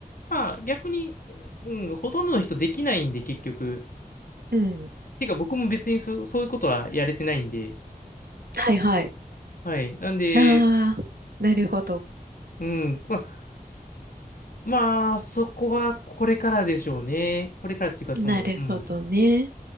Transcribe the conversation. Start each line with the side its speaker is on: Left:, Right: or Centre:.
Left: まあ、逆に、うん、ほとんどの人できないんで、結局。
Right: ん。
Left: てか、僕も別にそ、そういうことはやれてないんで、
Right: はい、はい。
Left: はい。なんで、
Right: ああ、なるほど。
Left: うん。まあまあ、そこはこれからでしょうね。これからっていうか、その、
Right: なるほどね。
Left: うん。